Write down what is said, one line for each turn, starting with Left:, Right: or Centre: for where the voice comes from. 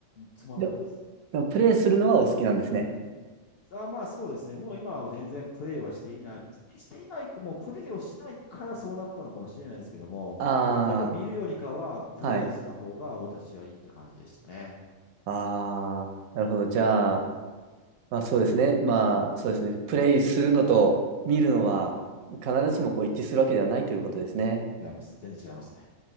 Left: つまらないです。
Right: で、でもプレイするのはお好きなんですね。
Left: あ、まあそうですね。もう今は全然プレーはしていない。していない、もうプレーをしないからそうなったのかもしれないですけども、
Right: あ
Left: やっぱ見るよりかはプレーした方が私はいいって感じでしたね。
Right: あ。はい。ああ。なるほど。じゃあ、まあそうですね。まあそうですね。プレイするのと見るのは必ずしもこう一致するわけではないということですね。
Left: 違います。全然違いますね。